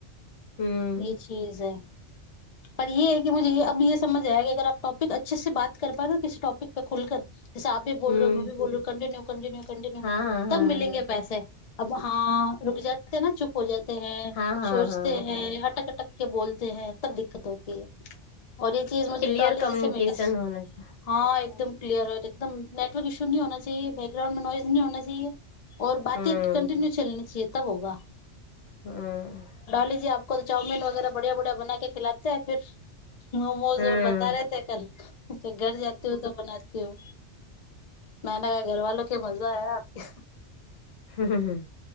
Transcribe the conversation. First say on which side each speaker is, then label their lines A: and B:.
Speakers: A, on the left; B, on the left.
A: हुँ,
B: ये चीज है पर ये है कि मुझे अब ये समझ आया कि अगर टॉपिक अच्छे से बात कर पा रहे हो किसी टॉपिक पे खुल कर जैसे आप भी बोलो
A: हुँ,
B: उ भी बोलो कन्टिन्यू कोनजि नेक कन्टीन्यू
A: हाँ, हाँ,
B: तब मिलेंगे
A: हाँ।
B: पैसे अब हँ रुक जाते न चुप हो जाय ते है
A: हाँ, हाँ,
B: सोच
A: हाँ,
B: ते हैं अटक अटक के बोलते हैं दिक्कत होती है और ये चीज मुझे
A: क्लियर
B: डॉलीजी
A: कम्युनिकेशन
B: से मिलीस
A: होना चाहिए,
B: हँ एकदम किलियर एकदम नेटवर्क इशूी नही होना चाहिये बेग्राउंड मे नवाइज नही होना चहिये ओर बाती
A: हुँ।
B: कंटिन्यू चलनी छिये तब होगा
A: हँ
B: लीजिये आपको चाउमिन वगैरह बढ़िया बढ़िया बना के खिलातेै फिर मोमोज
A: हम्म
B: ओर बता रहे थे कल जो घर जाती हू तो बनाती हू मै ने अगर घरवालो के मजा है आपके
A: हम्म